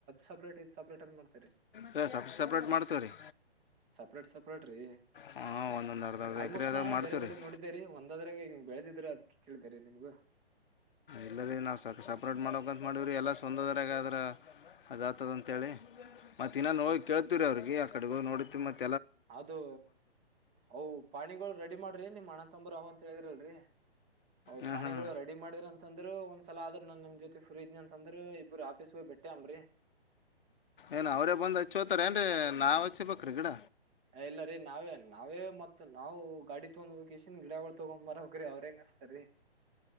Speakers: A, on the right (about 20°); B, on the left (about 55°).
A: ಸಪ್ರೇಟ್ ಸಪ್ರೇಟ್ ಅನ್ ಮಾಡ್ತರಿ.
B: ಇಲ್ಲ ಸಪ್ ಸಪ್ರೇಟ್ ಮಾಡ್ತೀವಿ ರೀ
A: ಸಪ್ರೇಟ್ ಸಪ್ರೇಟ್ ರೀ.
B: ಹಾಂ ಒಂದೊಂದು ಅರ್ಧ ಅರ್ಧ
A: ಆಲ್ಮೋಸ್ಟ್
B: ಎಕರೆ ಅದಾಗ
A: ನಾ
B: ಮಾಡ್ತೀವಿ
A: ಬೇರೆ ಕಡೆ
B: ರೀ
A: ನೋಡಿದ್ದೇರಿ ಒಂದಾದ್ರಾಗ ಹಿ್ ಬೆಳೆದಿದ್ರರು ಅದ್ ಕೇಳ. ಸರಿ ನಿಮ್ಗ.
B: ಎಲ್ಲರಿ ನಾವು ಸಕ ಸಪ್ರೇಟ್ ಮಾಡೋಕಂತ ಮಾಡೀವ್ರಿ ಎಲ್ಲ ಸ್ವಂದದ್ರಾಗ ಅದ್ರೆಮಲ್. ಅದ ಆತದ ಅಂತೇಳಿ
A: ಹಾ ರೀ
B: ಮತ್ತುೆ ಇನ್ನಾನು
A: ಹಾ
B: ಹೋಗಿ
A: ರೀ
B: ಕೇಳ್ತೀವಿ ರ ಅವ್ರಿಗೆ ಆ ಕಡೆ ಹೋಗಿ ನೋಡತೀವಿ ಮತ್ತ.
A: ಅದು ಅವು ಪಾಣಿಗಳು ರೆಡಿ ಮಾಡ್ರಿ ನಿಮ್ಮ್ ಅಣ್ಣ ತಂಬ್ರ ಅವಂತ. ತಿಳಿದ್ರಲ್ರಿ. ಹ್
B: ಹಾಂ
A: ಪಾಣಿಗಳು
B: ಹಾಂ
A: ರೆಡಿ ಮಾಡಿದ್ರ ಅಂದ್ರ ಒಂದ್ಸಲ ಆದ್ರ ನಾನ್ ನಿಮ್ ಜೊತೆ ಫ್ರೀ್ನಿ ಅಂತಂದ್ರೆ. ಇಬ್ಬರು ಆಫೀಸ್ಗೆ ಬಿಟ್ಟೆ ಅಮ್ರಿ.
B: ಏನು ಅವರೇ ಬಂದು್ ಹಚ್ೋತಾರ ಏನ್ೀ ನಾವುಚ್ಚೇ ಪಕ್ಕ್ರ ಗಿಡ.
A: ಇಲ್ಲ ರೀ ನಾವೇ ನಾವೇ ಮತ್ ನಾವು ಗಾಡಿ ತಗೊಂಡ್ ಹಕೇಶನ್ ಗಿಡಗಳು ತೊಗೊಂಡ್ ಬರಕ್ರೀ ಅವ್ರ ಹೆಂಗ ಅಸ್ೇ. ಅರಿ.